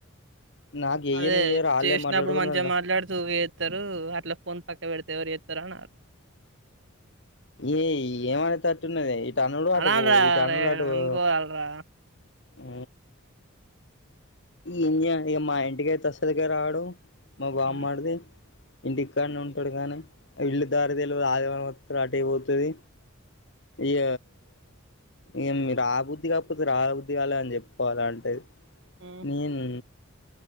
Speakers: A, on the left; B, on the right.
A: నాకు చెయ్యనే
B: అదే
A: చెయ్యరు ఆళ్ళే
B: చేసినప్పుడు
A: మాట్లాడుకున్నారంట
B: మంచిగా మాట్లాడుతూ వే చెస్తారు అట్లా ఫోన్ పక్క పెడితే ఎవరు చెత్తరు అని
A: ఏ ఏమనేదిట్టున్నద ఈ టన్నులు అటు
B: అనాలిరా
A: పో ఈ టన్నులు
B: అరే
A: అటు
B: అనుకోవాలిరా.
A: పో ఆ ఏం చేయాలిగ మా ఇంటికి అయితే అసలకే రాడు మా బామ్మది
B: హ్మ్.
A: ఇంటి ఇక్కనే ఉంటాడు కానీ ఇల్లు దారి తెలవదు ఆదివారం మాత్రం అటెపోతది య ఏ మీ రాబుద్ధి కాకపోతే రాబుద్ధిగాలే అని చెప్పాల అంటది
B: హ్మ్.
A: నేను